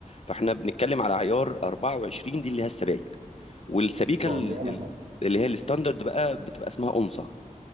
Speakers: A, on the left; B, on the right.
A: فاحنا بنتكلم على عيار 24 دي اللي هي السبايك والسبيكه
B: اه
A: ال-
B: دي على
A: ال-
B: حاجة
A: اللي هي الستاندرد بقى بتبقى اسمها اونصه